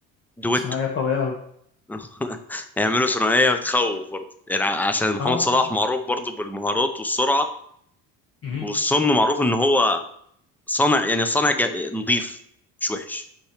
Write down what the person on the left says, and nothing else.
ثنائية قوية أوي
اه
امم